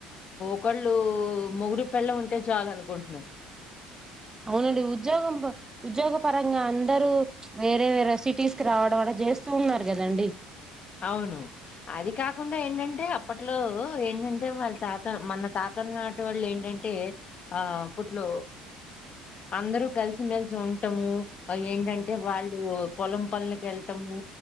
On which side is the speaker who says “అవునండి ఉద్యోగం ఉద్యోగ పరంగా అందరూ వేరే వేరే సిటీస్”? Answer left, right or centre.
Right